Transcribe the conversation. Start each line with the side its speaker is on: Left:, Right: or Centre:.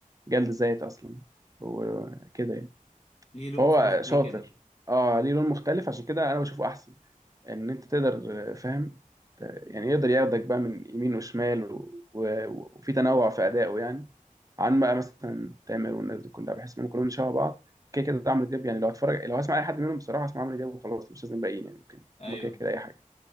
Right: جلد ذات اصلا وكده يعني
Left: ليه لون
Right: فهو
Left: خاص بيه
Right: شاطر
Left: كده
Right: اه ليه لون مختلف عشان كده انا بشوفه احسن ان انت تقدر آه، فاهم ت- يعني يقدر ياخدك بقى من يمين وشمال و... و... وفي تنوع في ادائه يعني عن بقى مثلا تامر والناس دي كلها بحس انهم كلهم شبه بعض كده كده عمرو دياب يعني لو هتفرج لو هسمع اي حد منهم بصراحه اسمع عمرو دياب وخلاص مش لازم باقيين يعني ممكن
Left: أيوه
Right: هم كده كده اي حاجه